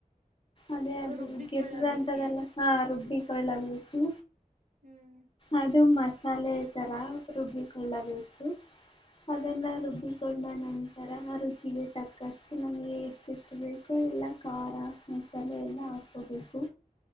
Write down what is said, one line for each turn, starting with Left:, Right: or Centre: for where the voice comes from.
Left: ಅದೇ ಅದು
Right: ರುಬ್ಬಿಕೊಳ್ಳಬೇಕೆ
Left: ಗಿರ ಅಂತದೆಲ್ಲ ಹಾ ರುಬ್ಬಿಕಲ್ ಆಗ್ಬೇಕು
Right: ಹ್ಮ್
Left: ಅದು ಮಸಾಲೆ ತರ ರುಬ್ಬಿಕೊಳ್ಳಬೇಕು
Right: ಹ್ಮ್
Left: ಅದೆಲ್ಲ ರುಬ್ಬಿ ಕೊಂಡ ನಂತರ ತರ ರುಚಿಗೆ ತಕ್ಕಷ್ಟು ನಮ್ಗೆ ಎಷ್ಟೆಷ್ಟು ಬೇಕೋ ಇಲ್ಲ ಖಾರ ತಲ ಎಲ್ಲ
Right: ಹ್ಮ್
Left: ಹಾಕೋಬೇಕು